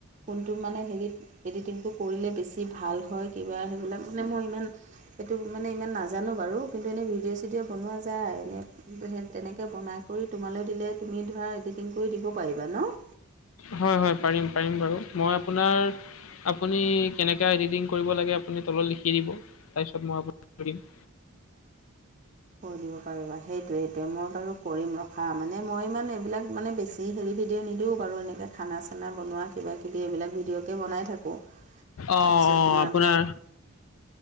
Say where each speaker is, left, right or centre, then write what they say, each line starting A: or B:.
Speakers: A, on the right; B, on the left.
A: কোনটো মানে হেৰি এডিটিংটো কৰিলে বেছি ভাল হয় কিবা সেইবিলাক মানে মই ইমান সেইটো মানে ইমান নাজানো বাৰু কিন্তু এনেই ভিডিঅ'-চিডিঅ' বনোৱা যায় এনেই। <unintelligible> সেই তেনেকে বনাই কৰি তোমালৈ দিলে তুমি ধৰা এডিটিং কৰি দিব পাৰিবা ন? <inaudible>
B: হয়-হয়, পাৰিম-পাৰিম বাৰু। মই আপোনাৰ <inaudible> আপুনি কেনেকা এডিটিং কৰিব লাগে আপুনি তলত লিখি দিব তাৰপিছত মই আপোনাৰ কৰিম <inaudible>
A: কৰি দিব পাৰিবা সেইটোৱে-সেইটোৱে মই বাৰু কৰিম ৰখা মানে মই ইমান এইবিলাক মানে বেছি <inaudible> যি হেৰি ভিডিঅ' নিদিওঁ বাৰু এনেকৈ খানা-চানা বনোৱা কিবাকিবি এইবিলাক ভিডিঅ'কে বনাই থাকোঁ। <inaudible>
B: অ',
A: তাৰপিছত
B: অ'
A: তোমাৰ
B: আপোনাৰ
A: ধৰা <inaudible>